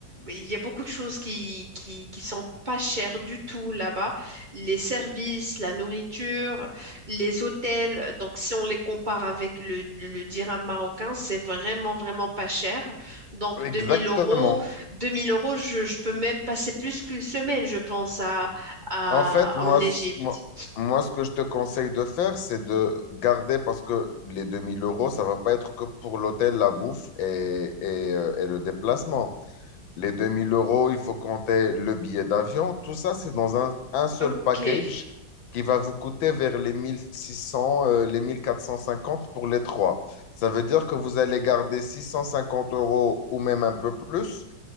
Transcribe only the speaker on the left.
exactement.
En fait, moi,
c- moi, moi, ce que je te conseille de faire, c'est de garder, parce que les 2000 euros, ça va pas être que pour l'hôtel, la bouffe et, et, euh, et le déplacement les 2000 euros, il faut compter le billet d'avion. Tout ça, c'est dans un, un seul
package
qui va vous coûter vers les 1600, euh, les 1450 pour les trois. Ça veut dire que vous allez garder 650 euros ou même un peu plus